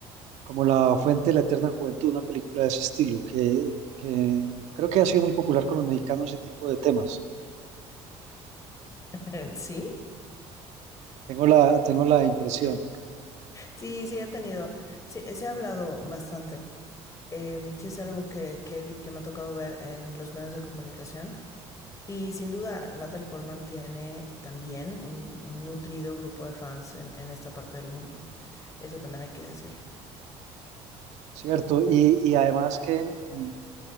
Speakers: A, on the right (about 70°); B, on the left (about 25°).
A: como la fuente de la eterna juventud, una película de ese estilo, que, que creo que ha sido muy popular con los mexicanos ese tipo de temas.
B: <laughs> ¿Sí?
A: Tengo la, tengo la impresión,
B: Sí, sí, he tenido, sí, se ha hablado bastante. Em, sí, es algo que, que, vi- que me ha tocado ver en los medios de comunicación. Y sin duda, Natalie Portman tiene también un, un nutrido grupo de fans en, en esta parte del mundo. Eso también hay que decirlo.
A: ¿cierto? Y, y además que... mm,